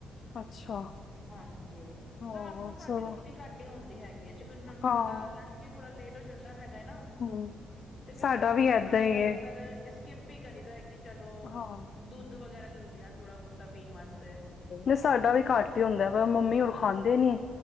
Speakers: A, on the left; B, on the left.
A: ਅੱਛਾ
B: ਹਾਂਜੀ
A: ਹਾਂ
B: ਰਾਤ ਨੂੰ ਸਾਡੀ
A: ਚਲੋ
B: ਰੋਟੀ ਘੱਟ ਹੀ ਹੁੰਦੀ ਹੈਗੀ ਹੈ ਤਾਂਕਿ <unintelligible>
A: ਹਾਂ
B: ਸਾਡਾ ਲੰਚ ਚ ਈ ਥੋੜਾ ਲੇਟ ਹੋ ਜਾਂਦਾ ਹੈਗਾ ਐ ਨਾ
A: ਹਮ
B: ਤੇ ਫੇਰ
A: ਸਾਡਾ
B: ਰਾਤੀ
A: ਵੀ
B: ਤੇ
A: ਏਦਾਂ
B: ਬਸ
A: ਹੀ
B: ਜਿਆਦਾਤਰ
A: ਹੈ
B: ਇਸ ਏਸਕਿਪ ਕਿਪ ਈ ਕਰੀਦਾ ਹੈ ਕਿ ਚਲੋ
A: ਹਾਂ
B: ਦੁੱਧ ਵਗੈਰਾ ਲ ਲਿਆ ਥੋੜਾ ਬਹੁਤਾ ਪੀਣ ਵਾਸਤੇ
A: ਹੀਂ ਸਾਡਾ ਵੀ ਘੱਟ ਹੀ ਹੁੰਦਾ ਵਾ ਮੰਮੀ ਹੁਣ ਖਾਂਦੇ
B: ਹਾਂਜੀ
A: ਨੀ